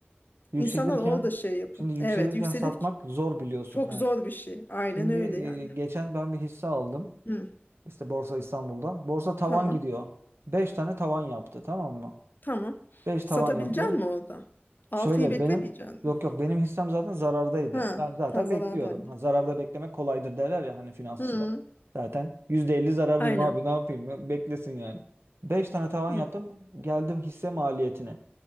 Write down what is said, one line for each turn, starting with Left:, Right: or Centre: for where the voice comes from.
Right: Yükselirken
Left: İnsanlar orada şey yapın.
Right: şimdi yükselirken
Left: Evet, yükselir
Right: satmak
Left: ki.
Right: zor biliyorsun
Left: Çok
Right: yani.
Left: zor bir şey. Aynen
Right: Şimdi
Left: öyle
Right: e,
Left: yani.
Right: geçen ben bir hisse aldım.
Left: Hı,
Right: İşte Borsa İstanbul'da. Borsa tavan
Left: tamam.
Right: gidiyor. 5 tane tavan yaptı tamam mı?
Left: Tamam.
Right: 5 tavan
Left: Satabilecek
Right: yaptı.
Left: misin orada? Altıyı
Right: Şöyle
Left: beklemeyecek
Right: benim
Left: misin?
Right: yok yok benim hissem zaten zarardaydı.
Left: Ha,
Right: Ben zaten
Left: ha zarardaydı.
Right: bekliyorum. Ha, zararda beklemek kolaydır derler ya hani finansçılar.
Left: Hı,
Right: Zaten %50 zarardayım
Left: aynen.
Right: abi ne yapayım? Beklesin yani. 5 tane tavan
Left: Hı,
Right: yaptım. Geldim hisse maliyetine.